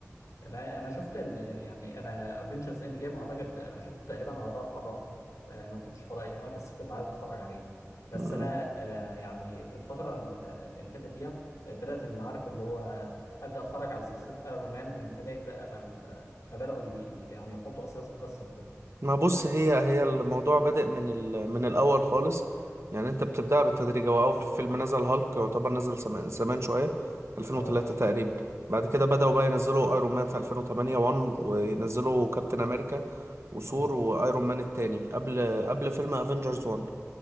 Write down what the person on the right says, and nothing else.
امم
ما بص هي هي الموضوع بادئ من ال... من الاول خالص يعني انت بتبدأ بالتدريج هو اول فيلم نزل هالك يعتبر نزل زمان زمان شويه 2003
تقريبا بعد كده بدأوا بقى ينزلوا ايرون مان في 2008 1 وينزلوا كابتن امريكا وثور
وايرون مان التاني قبل قبل فيلم افنجرز 1